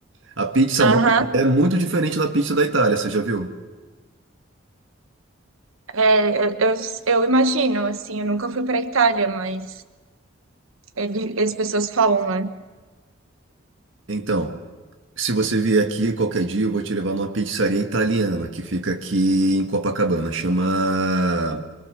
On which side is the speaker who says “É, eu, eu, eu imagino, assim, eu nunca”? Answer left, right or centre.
Right